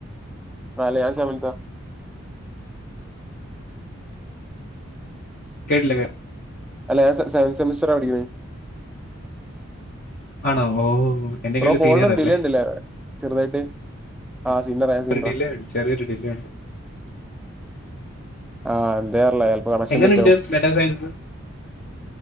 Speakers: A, in the centre; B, on the left.
A: അല്ലേ ഞാൻ സെവൻതാ
B: കേട്ടില്ല കേ
A: അല്ല ഞാൻ സെവൻ സെമസ്റ്ററാ പഠിക്കുന്നെ
B: ആണോ ഓ എന്നെ
A: ബ്രോ
B: കേട്ട്
A: കോളിലൊരു
B: സീനിയർ അല്ലേ
A: ഡിലേണ്ട്ല്ലേ ചെറുതായിട്ട്. ആ സീനറാ ഞാൻ സീനറാ
B: ഒരു ഡിലേണ്ട് ചെറിയൊരു ഡിലേയുണ്ട്.
A: ആ എന്തേർലെ ചെലപ്പം കണക്ഷൻ
B: എങ്ങനെയുണ്ട്
A: <unintelligible> റ്റവും
B: ഡാറ്റാ സയൻസ്